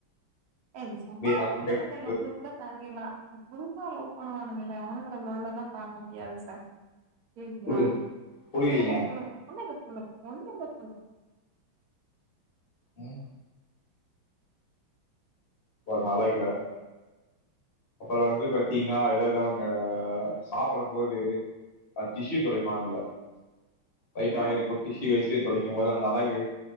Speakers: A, on the right (about 65°); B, on the left (about 35°).
A: ஏ நீ சும்மா இரு
B: அப்படியே
A: போனேனோ லொல்லு கூட தாங்கிடலா புதுசா லவ்வு பண்ணவானுங்கல்ல அவனுங்க லொல்ல தா தாங்க முடியாது சார் சரிங்ளா
B: புரி புரியலீங்க
A: சொல்லுங்க சொல்லுங்க ஒண்ணுல்ல சொல்லுங்க ஒண்ணுல்ல சொல்லுங்க
B: ம் ப நாலாகில அப்புறோ வந்து பத்தீங்ன்னா எதாவ்து அவுங்க சாப்பிடும் போது அ டிஷ்யூ தொடைப்பாங்கல்ல டைட்டா
A: ஆ
B: ஆயிருக்கு டிசியூ வச்சிட்டே துடைக்கும்போது அந்த அழகு